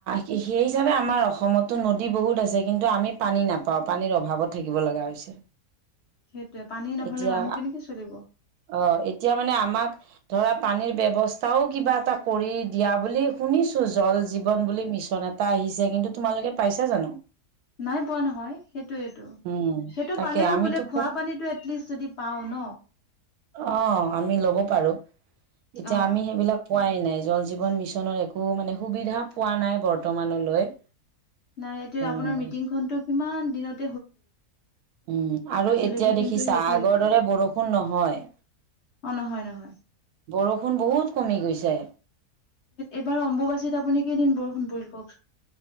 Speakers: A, on the right (about 80°); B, on the left (about 55°).
A: সেই হিচাপে আমাৰ অসমতো নদী বহুত আছে কিন্তু আমি পানী নাপাওঁ। পানীৰ অভাৱত থাকিব লগা হৈছে।
B: সেইটোৱে পানী নহলে
A: এতিয়া
B: মানুহ কেনেকে চলিব
A: অ' এতিয়া মানে আমাক ধৰা পানীৰ ব্যৱস্থাও কিবা এটা কৰি দিয়া বুলি শুনিছো জল জীৱন বুলি মিছন। এটা আহিছে, কিন্তু তোমালোকে পাইছা জানো।
B: নাই পোৱা নহয় সেইটোইটো
A: উম
B: সেইটো
A: তাকে
B: পালেও
A: আমিতো
B: বোলে
A: প-
B: খোৱা পানী এটলিষ্ট যদি পাও ন
A: অ' আমি ল'ব পাৰো, এতিয়া
B: অ
A: আমি সেইবিলাক পোৱাই নাই। জল জীৱন মিছন একো মানে সুবিধা পোৱা নাই বৰ্তমানলৈ
B: নাই এতিয়া
A: উম
B: আপোনাৰ মিটিং খনটো কিমান দিনত
A: উম আৰু
B: আজিলৈকে
A: এতিয়া দেখিছা
B: কিন্তু সেইটোৰ
A: আগৰ
B: একো
A: দৰে
B: নাই
A: বৰষুণ নহয়।
B: অ' নহয় নহয়।
A: বৰষুণ বহুত কমি গৈছে
B: এইবাৰ অম্বুবাচীত আপুনি কেইদিন বৰষুণ পৰিল কওক